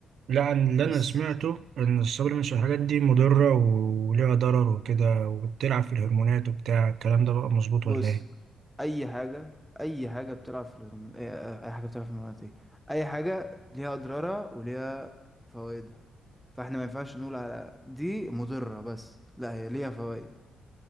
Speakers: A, on the right; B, in the centre.
A: لا أنا- اللي
B: بس
A: انا سمعته ان السبلمنتس والحاجات دي مضرة وليها ضرر وكده وبتلعب في الهرمونات وبتاع الكلام ده بقى مظبوط
B: بص
A: ولا ايه؟
B: اي حاجه اي حاجه بتلعب في الهرمون اي أي حاجه بتلعب في الهرمونات ايه اي حاجه ليها اضرارها وليها فوائدها فاحنا ما ينفعش نقول على دي مضره بس لا هي ليها فوائد